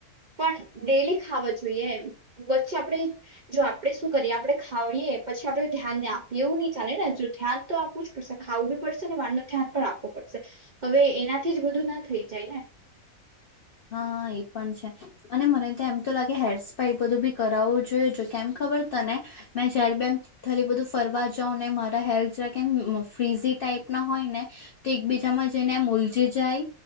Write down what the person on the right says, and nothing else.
પણ ડેલી ખાવા જોઈએ વચ્ચે આપણે જો આપણે શું કરીએ આપણે ખાવીએ પછી આપડે ધ્યાનને આપીએ એવું નહી ચાલે ને જો ધ્યાન તો આપવું જ પડશે ખાવું બી પડશે ને વાર ન ધ્યાન પણ આપવું પડશે હવે એનાથી જ બધું ના થઈ જાય ને